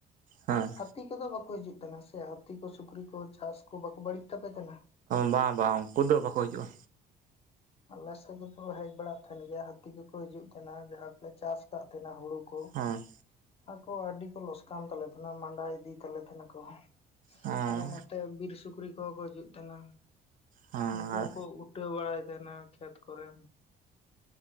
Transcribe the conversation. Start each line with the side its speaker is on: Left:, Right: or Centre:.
Right: ᱦᱮᱸ᱾
Left: ᱦᱟᱹᱛᱤ ᱠᱚᱫᱚ ᱵᱟᱠᱚ ᱦᱤᱡᱩᱜ ᱛᱟᱸᱦᱮᱱ ᱥᱮ ᱦᱟᱹᱛᱤ ᱠᱚ ᱥᱩᱠᱨᱤ ᱠᱚ ᱪᱟᱥ ᱠᱚ ᱵᱟᱠᱚ ᱵᱟᱹᱲᱤᱡ ᱛᱟᱯᱮ ᱛᱟᱸᱦᱮᱱᱟ?
Right: ᱵᱟᱝ ᱵᱟᱝ ᱩᱱᱠᱩ ᱫᱚ ᱵᱟᱠᱚ ᱦᱤᱡᱩᱜᱼᱟ᱾
Left: ᱟᱞᱮ ᱥᱮᱫ ᱫᱚᱠᱚ ᱦᱮᱡ ᱵᱟᱲᱟᱜ ᱛᱟᱸᱦᱮᱱ ᱜᱮᱭᱟ ᱦᱟᱹᱛᱤ ᱠᱚᱠᱚ ᱦᱤᱡᱩᱜ ᱛᱟᱸᱦᱮᱱᱟ ᱡᱟᱦᱟᱸ ᱠᱚᱞᱮ ᱪᱟᱥ ᱠᱟᱫ ᱛᱟᱦᱮᱸᱱᱟ ᱦᱩᱲᱩ ᱠᱚ
Right: ᱦᱮᱸ
Left: ᱟᱠᱚ ᱟᱹᱰᱤ ᱠᱚ ᱞᱚᱥᱠᱟᱱ ᱛᱟᱞᱮ ᱛᱟᱸᱦᱮᱱᱟ ᱢᱟᱸᱰᱟ ᱤᱫᱤ ᱛᱟᱞᱮ ᱛᱟᱸᱦᱮᱱᱟ ᱠᱚ᱾
Right: ᱦᱮᱸ
Left: ᱟᱨ ᱱᱚᱛᱮ ᱵᱤᱨ ᱥᱩᱠᱨᱤ ᱠᱚ ᱠᱚ ᱦᱤᱡᱩᱜ ᱛᱟᱸᱦᱮᱱᱟ
Right: ᱦᱮᱸ
Left: ᱩᱱᱠᱩ ᱦᱚᱸᱠᱚ ᱩᱴᱟᱹᱣ ᱵᱟᱲᱟᱭ ᱛᱟᱸᱦᱮᱱᱟ ᱠᱷᱮᱛ ᱠᱚᱨᱮ᱾